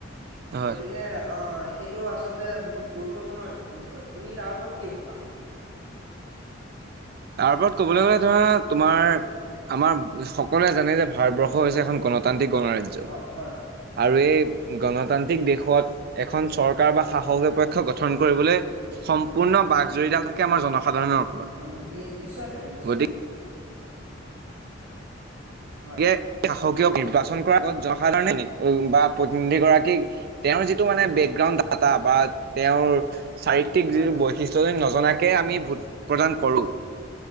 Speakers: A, on the right (about 50°); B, on the right (about 80°).
A: হয়
B: গতিকে অ। সেইটো আচলতে বহুত গুৰুত্বপূৰ্ণ বিষয়, তুমি তাৰ ওপৰত কি ভাবা?
A: তাৰ ওপৰত ক'বলৈ গ'লে ধৰা তোমাৰ আমাৰ সকলোৱে জানে যে ভাৰতবৰ্ষ হৈছে। এখন গণতান্ত্ৰিক গণৰাজ্য
B: হয় হয় হয় হয়
A: আৰু এই গণতান্ত্ৰিক দেশত এখন চৰকাৰ বা শাসকীয় পক্ষ গঠন কৰিবলৈ।
B: হয়
A: সম্পূৰ্ণ বাঘ জৰিডাল থাকে আমাৰ জন সাধাৰণ। সাধাৰণৰ ওপৰত
B: অ নি নি- নিশ্চয় থাকে, নিশ্চয়
A: গতিকে
B: থাকে। হয়
A: এয়া সাখক। অ'কে! অ'কে! নিৰ্বাচন কৰাৰ আগত জনসাধাৰণে, বা প্ৰতিনিধি গৰাকীক তেওঁৰ যিটো
B: হয়
A: মানে বেকগ্ৰাণ্ড বা তেওঁৰ চাৰিত্ৰিক
B: হয়
A: যিটো বৈশিষ্ট যে নজনাকে আমি ভোট প্ৰদান কৰোঁ।